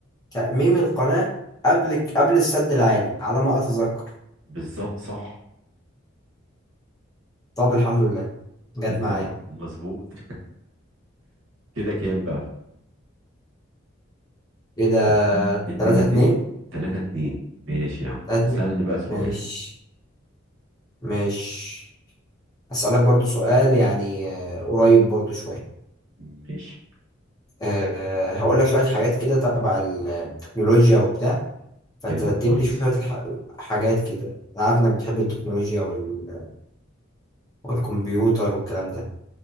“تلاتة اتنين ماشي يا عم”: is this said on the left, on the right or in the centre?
Right